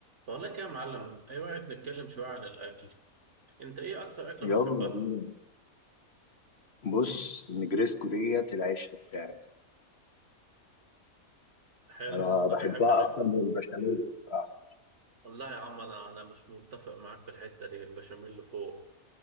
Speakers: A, on the right; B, on the left.
A: بقول لك إيه يا معلم ايه رايك نتكلم شويه عن الاكل انت ايه اكتر اكله
B: يلا
A: بتحبها
B: بينا بص النجريسكو ديت العشق بتاعي
A: حلو
B: انا
A: انا
B: بحبها
A: بحب ان
B: اكتر من البشاميل بصراحه
A: والله يا عم انا انا مش متفق معاك في الحته دي البشاميل اللي فوق